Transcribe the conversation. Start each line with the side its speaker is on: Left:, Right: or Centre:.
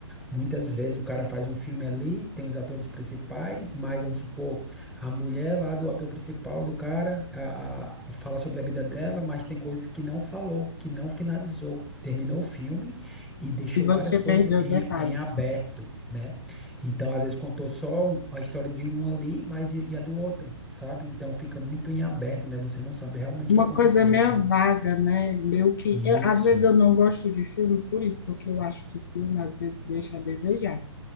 Centre: Muitas vezes o cara faz um filme ali, tem os atores principais, mas vamos supor, a mulher lá do ator principal do cara a, a- a fala sobre a vida dela, mas tem coisas que não falou, que não finalizou. Terminou o filme e deixou
Left: e você
Centre: várias coisas
Left: perdeu
Centre: em,
Left: detalhes.
Centre: em aberto, né? Então, às vezes, contou só um- a história de um ali, mas e, e a do outro, sabe? Então, fica muito em aberto, né? Você não sabe realmente
Left: Uma
Centre: o que aconteceu.
Left: coisa meio
Centre: Então,
Left: vaga, né? Meio que.
Centre: isso.
Left: eu- às vezes eu não gosto de filme por isso, porque eu acho que filme às vezes deixa a desejar.